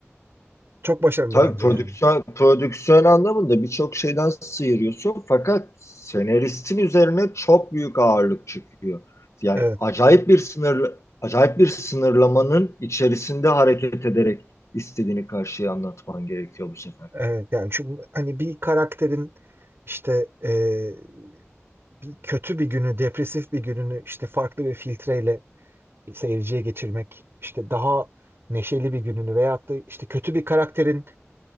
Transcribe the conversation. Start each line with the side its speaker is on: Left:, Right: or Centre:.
Right: Çok başarılı
Left: Tabii
Right: bence
Left: prodüksiyon,
Right: yani.
Left: prodüksiyon anlamında birçok şeyden sıyırıyorsun fakat senaristin üzerine çok büyük ağırlık çıkıyor. Yani
Right: Evet,
Left: acayip bir sınır, acayip bir sınırlamanın içerisinde hareket ederek istediğini karşıya anlatman gerekiyor bu sefer.
Right: evet. Yani çünkü hani bir karakterin işte e, bir kötü bir günü, depresif bir gününü işte farklı bir filtreyle seyirciye geçirmek, işte daha neşeli bir gününü veyahut da işte kötü bir karakterin